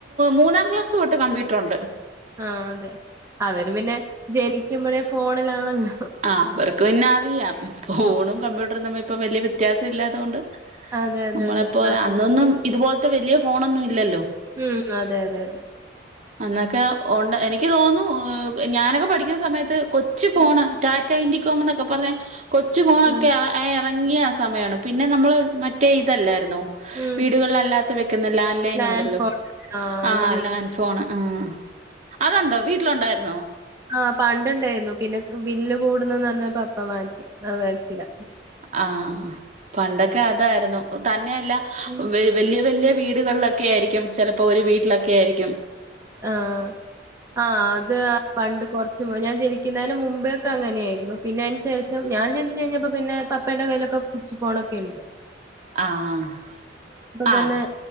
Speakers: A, on the right (about 40°); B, on the right (about 15°).
A: മൂന്നാം ക്ലാസ് തൊട്ട് കമ്പ്യൂട്ടർഉണ്ട്
B: ആ ഹ് അതെ അവര് പിന്നെ ജനിക്കുമ്പഴേ ഫോണിലാണല്ലോ
A: ആഹ് അവർക്ക് പിന്നെ അറിയാം. ഫോണും കമ്പ്യൂട്ട്രറും തമ്മിപ്പൊ വല്യ വ്യത്യാസം ഇല്ലാതോണ്ട്.
B: അതെ അതെ
A: നമ്മളെപ്പോലെ
B: അതെ അവർക്ക്
A: അന്നൊന്നും ഇതുപോൽത്തെ വല്യ ഫോണൊന്നും ഇല്ലല്ലോ
B: ഉം അതെ അതെ അതെ
A: അന്നൊക്കെ ഒണ്ട്. എനിക്ക് തോന്നു ഞാനൊക്കെ പഠിക്കുന്ന സമയത്ത് കൊച്ചു ഫോണ്.
B: ഉം
A: ടാറ്റ ഇൻഡികോംന്നൊക്കെ പറഞ്ഞ കൊച്ചു ഫോണൊക്കെ
B: ഉം
A: ആഹ് എറങ്ങിയ ആ സമയാണ് പിന്നെ നമ്മള് മറ്റേ
B: ഉം
A: ഇതെല്ലാര്ന്നോ.
B: ഉം
A: വീടുകളല്ലാത്ത വെക്കുന്ന ലാൻ ലൈനുണ്ടല്ലോ
B: ലാൻഡ് ഫോൺ ആഹ്
A: ആ
B: എന്റെ വീട്ടിൽ
A: ലാൻഡ് ഫോണ് ആഹ് അതുണ്ടോ? വീട്ടിലൊണ്ടായ്രുന്നോ?
B: ആഹ് പണ്ടുണ്ടായ്ന്നു. പിന്നെ ബില്ല് കൂടുന്നെന്നർഞ്ഞപ്പൊ അപ്പ മാറ്റി. അത് വേട്ച്ചില്ല.
A: ആ പണ്ടൊക്കെ അതായ്ര്ന്നു തന്നെയല്ല
B: ഉം
A: വെ വെല്യ വെല്യ വീടുകളിലൊക്കെ ആയിരിക്കും ചെലപ്പോ ഒരു വീട്ടിലൊക്കെ ആയിരിക്കും.
B: ആഹ് ആഹ് അത് ആ പണ്ട് കൊറച്ചു മും ഞാ ജെനിക്കുന്നേന് മുമ്പേക്കെ അങ്ങനെയായിരുന്നു. പിന്നെ അയ്ന്ശേഷം ഞാൻ ജനിച്ചഴ്ഞ്ഞപ്പോ പിന്നെ പപ് പ്പേടെ കയ്യിലൊക്കെ സുച്ച് ഫോണൊക്കെയിണ്ട്
A: ആഹ് ആഹ്
B: തന്നെ